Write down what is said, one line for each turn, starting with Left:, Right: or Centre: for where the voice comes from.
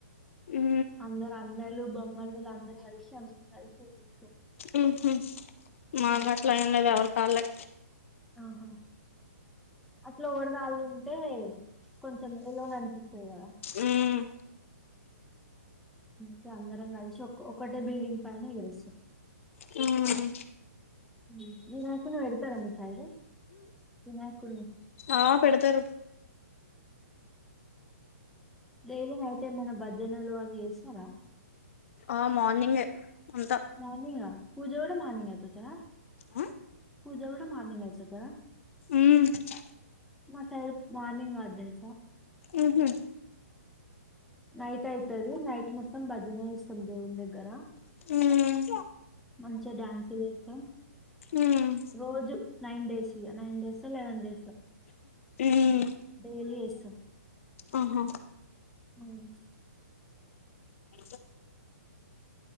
Left: ఊ
Centre: అందరు అన్నలు బొమ్మలు వీళ్ళు అందరు కలిసి అందరం కలిసి ఎగరేస్తాం
Left: ఉహు మాగట్ల ఏం లేదు ఎవరికి తాల్లే
Centre: ఆహా అట్లా ఎవరిది ఆళ్ళు ఉంటే కొంచెం ఎలానో అనిపిస్తది కదా
Left: ఉమ్
Centre: కే అందరం కలిసి ఒక ఒక్కటే బిల్డింగ్ పైన ఎగరేస్తం
Left: హ్మ్
Centre: మీకు నాకువుడతారా <unintelligible> నాకు
Left: ఆ పెడతరు
Centre: డైలీ అయితే ఏమైనా భజనలు అవి చేస్తారా
Left: ఆ మార్నింగే అంతా
Centre: మార్నింగా పూజ కూడా మార్నింగ్ <unintelligible>
Left: హ్మ్
Centre: పూజ కూడా మార్నింగ్ అయిపోద్దా
Left: ఉహు
Centre: మా సైడ్ మార్నింగ్ అవదు తెలుసా
Left: ఊహూ
Centre: నైట్ అయితది నైట్ మొత్తం భజనే ఇస్తుంది దేవు
Left: ఉమ్
Centre: మంచిగ డ్యాన్స్ చేస్తాం
Left: ఉమ్
Centre: రోజూ నైన్ డేస్ ఇగ నైన్ డేసో లెవెన్ డేసో
Left: ఉమ్
Centre: డైలీ చేస్తాం.
Left: ఆహా
Centre: హ్మ్
Left: అ